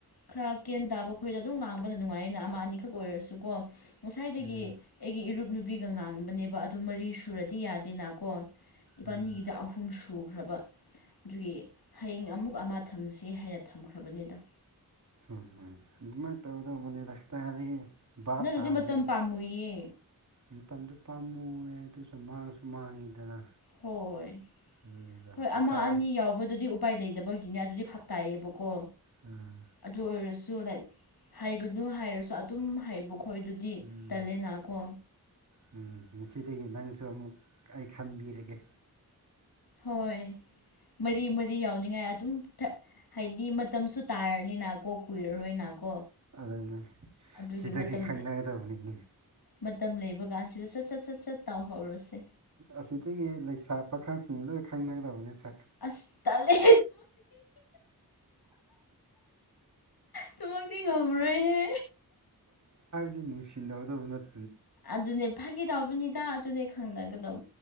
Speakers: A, on the left; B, on the right.
A: ꯈꯔ ꯀꯦꯟ ꯇꯥꯕ ꯈꯣꯏꯗ ꯑꯗꯨꯝ ꯉꯥꯡꯕꯗ ꯅꯨꯡꯉꯥꯏꯌꯦꯩꯅ ꯑꯃ ꯑꯅꯤꯈꯛ ꯑꯣꯏꯔꯁꯨꯀꯣ ꯉꯁꯥꯏꯗꯒꯤ
B: ꯎꯝ
A: ꯑꯩꯒꯤ ꯏꯔꯨꯞ ꯅꯨꯄꯤꯒ ꯉꯥꯡꯕꯅꯦꯕ ꯑꯗꯨ ꯃꯔꯤ ꯁꯨꯔꯗꯤ ꯌꯥꯗꯦꯅꯀꯣ ꯏꯕꯥꯅꯤꯒꯤꯗ
B: ꯎꯝ
A: ꯑꯍꯨꯝ ꯁꯨꯈ꯭ꯔꯕ ꯑꯗꯨꯒꯤ ꯍꯌꯦꯡ ꯑꯃꯨꯛ ꯑꯃ ꯊꯝꯁꯤ ꯍꯥꯏꯅ ꯊꯝꯈ꯭ꯔꯕꯅꯤꯗ
B: ꯍꯣꯏꯣꯏ ꯑꯗꯨꯃꯥꯏꯅ ꯇꯧꯒꯗꯧꯕꯅꯤꯗ ꯍꯞꯇꯥꯗꯒꯤ ꯚꯞ
A: ꯅꯠꯇ꯭ꯔꯗꯤ
B: ꯇꯥꯗ
A: ꯃꯇꯝ ꯄꯥꯝꯃꯨꯏꯌꯦ
B: ꯃꯇꯝꯗꯨ ꯄꯥꯝꯃꯨꯑ ꯑꯗꯨꯁꯨ ꯃꯥꯡꯁꯨ ꯃꯥꯡꯉꯤꯗꯅ
A: ꯍꯣꯏ
B: ꯑꯗꯨꯅꯤꯗ
A: ꯍꯣꯏ ꯑꯃ
B: ꯏꯁꯥ
A: ꯑꯅꯤ ꯌꯥꯎꯕꯗꯨꯗꯤ ꯎꯄꯥꯏ ꯂꯩꯇꯕꯒꯤꯅꯦ ꯑꯗꯨꯗꯤ ꯍꯥꯞ ꯇꯥꯏꯌꯦꯦꯕꯀꯣ
B: ꯎꯝ
A: ꯑꯗꯨ ꯑꯣꯏꯔꯁꯨ ꯑꯗꯨꯨ ꯍꯥꯏꯒꯅꯨ ꯍꯥꯏꯔꯁꯨ ꯑꯗꯨꯝ ꯍꯥꯏꯕꯀꯣ ꯑꯩꯈꯣꯏꯗꯨꯗꯤ
B: ꯎꯝ
A: ꯇꯜꯂꯦꯅꯥꯀꯣ
B: ꯎꯝ ꯉꯁꯤꯗꯒꯤ ꯅꯪꯁꯨ ꯑꯃꯨꯛ ꯑꯩ ꯈꯟꯕꯤꯔꯒꯦ
A: ꯍꯣꯏ ꯃꯔꯤ ꯃꯔꯤ ꯌꯥꯎꯅꯤꯡꯉꯥꯏ ꯑꯗꯨꯝ ꯍꯥꯏꯗꯤ ꯃꯇꯝꯁꯨ ꯇꯥꯔꯅꯤꯅꯀꯣ ꯀꯨꯏꯔꯔꯣꯏꯅꯀꯣ
B: ꯑꯗꯨꯅ
A: ꯑꯗꯨꯒꯤ
B: ꯁꯤꯗꯒꯤ
A: ꯃꯇꯝ
B: ꯈꯪꯅꯒꯗꯕꯅꯤꯅꯦ
A: ꯃꯇꯝ ꯂꯩꯕ ꯀꯥꯟꯁꯤꯗ ꯁꯠ ꯁꯠ ꯁꯠ ꯁꯠ ꯇꯥꯎꯍꯧꯔꯁꯦ
B: ꯑꯁꯤꯗꯒꯤ ꯂꯩꯁꯥ ꯄꯥꯈꯪꯁꯤꯡ ꯂꯣꯏ ꯈꯪꯅꯒꯗꯕꯅꯤ ꯁꯛ
A: ꯑꯁ ꯇꯂꯦ ꯇꯨꯃꯛꯗꯤ ꯉꯝꯕꯔꯦꯍꯦ
B: ꯁꯤ ꯅꯨꯡꯁꯤꯅꯒꯗꯕ ꯅꯠꯇꯦ
A: ꯑꯗꯨꯅꯦ ꯐꯥꯈꯤ ꯇꯎꯕꯅꯤꯗ ꯑꯗꯨꯅꯦ ꯈꯪꯅꯒꯗꯧꯕ